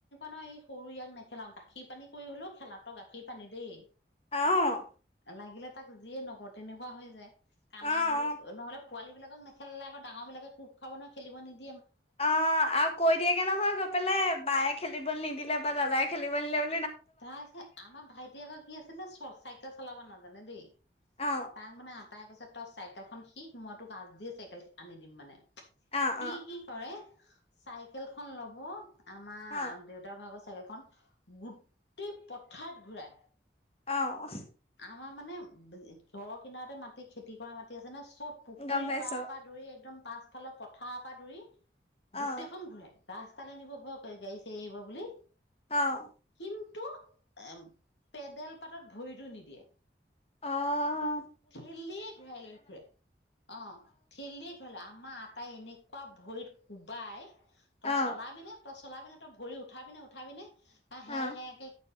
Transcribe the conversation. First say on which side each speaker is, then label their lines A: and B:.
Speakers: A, on the left (about 80°); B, on the left (about 35°).
A: ন ই সৰু ইয়াক নেখেলাও গাখীৰ পানী কৰি হ'লেও খেলা গাখীৰ পানী দেই
B: অ',
A: লাগিলে তাক যিয়ে নকওঁ, তেনেকুৱা হৈ যায়। কানে
B: অ
A: বুলি
B: অ
A: নহলে, পোৱালিবিলাকক নেখেলালে আকৌ ডাঙৰবিলাক কোব খাব নহয়, খেলিব নিদি,
B: অ', আৰু কৈ দিয়েগে নহয় গৈ পেলে, বায়ে খেলিবলৈ নিদিলে বা দাদাই খেলিব নিদিলে বো,
A: তাৰপিছত আমাৰ ভাইটি আকৌ কি আছিলে চাইকেল চলাব নাজান, নে দেই।
B: অ
A: তাক মানে, তাই কৈছে, তই চাইকেলখন শিক মই তোক আজিয়েই চাইকেল আনি দিম মানে।
B: অ
A: সি,
B: অ
A: কি কৰে, চাইকেল খন লব, আমাৰ
B: অ
A: দেউতাৰ ভাগত, - চাইকেল খন, - গুঠ, - গোটেই পথাৰত ঘূৰাই।
B: অহ ',
A: আমাৰ মানে ঘৰৰ কিনাৰতে মাটি- খেতি কৰা মাটি আছে ন', চব পুখুৰীৰ
B: গম পাইছো
A: পাৰৰ - পৰা ধৰি একদম, পাছফালৰ পথাৰ পৰা ধৰি,
B: অ
A: গোটেইখন ঘূৰে ৰাস্তালৈ নিব ভয় কৰে গাড়ী চাৰি আহিব বুলি, বুলি,
B: অহ্,
A: কিন্তু এ ', পেডেল পাতত ভৰিটো নিদিয়ে।
B: অহ ',
A: ঠেলিয়ে ঘূৰাই লৈ ফুৰে। অ ', ঠেলিয়ে ঘূৰাই ল, আমাৰ আতাই এনেকুৱা ভৰিত কোবাই, তই
B: অ',
A: চলাবিনে? তই চলাবিনে, তই ভৰি উঠাবি নে উঠাবি নে? আহ
B: অ',
A: -হে -হে - কে,